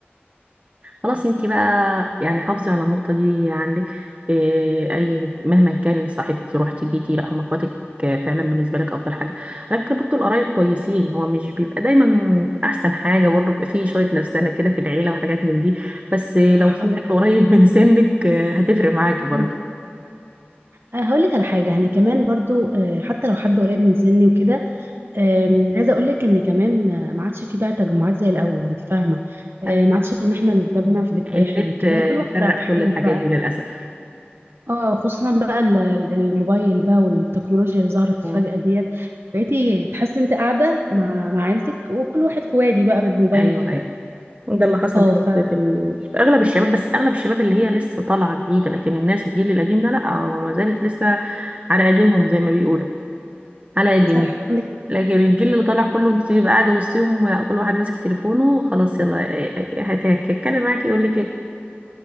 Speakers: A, on the right; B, on the right.
A: خلاص أنت
B: اوكي
A: بقى يعني حافظي على النقطة دي عندك إيه، أي مهما كان صاحبتي رحتي جيتي لا هم إخواتك فعلا بالنسبة لك أفضل حاجة على فكرة برضه القرايب كويسين هو مش بيبقى دايما أحسن حاجة برضه بيبقى فيه شوية نفسنة كده في العيلة وحاجات من دي بس لو
B: صح
A: في
B: عندك
A: حد قريب
B: حق
A: <laughs> من سنك آه، هتفرق معاكي برضه
B: مم. أنا هقول لك على حاجة أنا كمان برضو آه، حتى لو حد قريب من سني وكده آم، عايزة أقول لك إن كمان آه، ما عادش في بقى تجمعات زي الأول أنت فاهمة آه،
A: أيوة
B: ما عادش إن إحنا بنتجمع في بيت
A: النت
B: واحد وكده
A: آه،
B: كل واحد
A: فرق
B: بقى في حاله
A: كل الحاجات
B: بقى
A: دي للأسف
B: اه خصوصا بقى ال- ال- الموبايل بقى والتكنولوجيا اللي ظهرت
A: مم.
B: فجأة ديت بقيتي تحسي أنت قاعدة مع مع عيلتك وكل واحد في وادي بقى بالموبايل
A: ايوه
B: وكده
A: ايوه ده اللي حصل
B: اه
A: دلوقتي
B: ف
A: في, ال... في اغلب الشباب بس اغلب الشباب اللي هي لسه طالعه جديده لكن الناس الجيل القديم ده لا هو ما زالت لسه على قديمهم زي ما بيقولوا على قديمهم
B: صح عندك
A: لكن الجيل اللي طالع
B: حق.
A: كله انت تبقى قاعده وسطهم لا كل واحد ماسك تليفونه خلاص يلا إيه- إيه هت- هتتكلم معاك يقول لك ايه